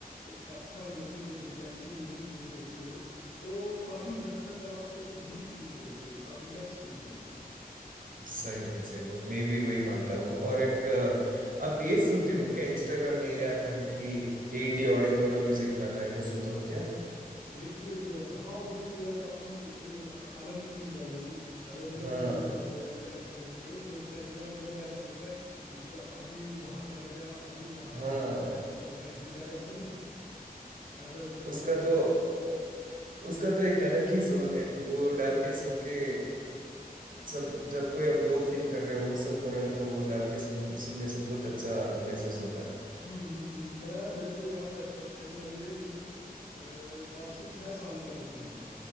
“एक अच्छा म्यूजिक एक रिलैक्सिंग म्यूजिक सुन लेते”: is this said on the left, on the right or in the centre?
Left